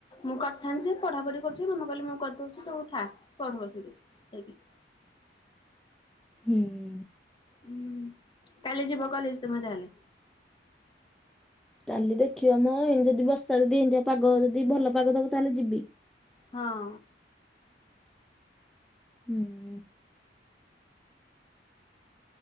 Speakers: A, on the left (about 25°); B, in the centre.
A: ମୁଁ କରିଥାନ୍ତି ଯେ ପଢାପଢି କରୁଛି ମାମା କହିଲେ ମୁଁ କରିଦଉଛି ତୁ ଥା ପଢ ବସିକି ଯାଇକି।
B: ହୁଁ।
A: ହୁଁ ତାହାଲେ ଯିବ କଲେଜ ତୁମେ‌ ତାହେଲେ।
B: କାଲି ଦେଖିବା ମ ଏମିତି ଯଦି ବର୍ଷା ଯଦି ଏମତିଆ ପାଗ ଯଦିଭଲ ପାଗ ଦବ ତାହେଲେ ଯିବି।
A: ହଁ।
B: ହୁଁ।